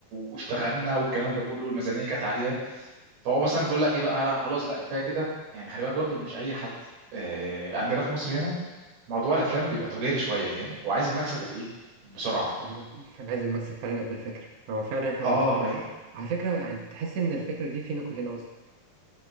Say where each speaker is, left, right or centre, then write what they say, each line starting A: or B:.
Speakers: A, on the right; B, on the right.
A: واشتغلنا والكلام ده كله والميزانيه كانت عاليه فهو مثلا بيقول لك ايه بقى خلاص لا كفايه كده يعني خلي بالك برضه مش اي حد آه عندنا في مصر هنا موضوع الافلام بيبقى تجاري شويه فاهم وعايز المكسب الايه بسرعه
B: الم- <laughs> عايز المكسب فعلا قبل الفكرة هو فعلا إحنا
A: اه
B: ما بنفكرش
A: فاهم
B: على فكرة هتحس إن الفكرة دي فينا كلنا أصلا